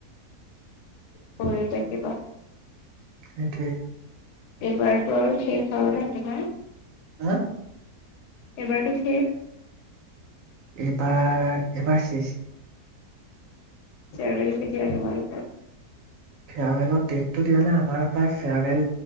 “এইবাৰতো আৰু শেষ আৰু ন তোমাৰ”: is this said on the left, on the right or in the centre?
Left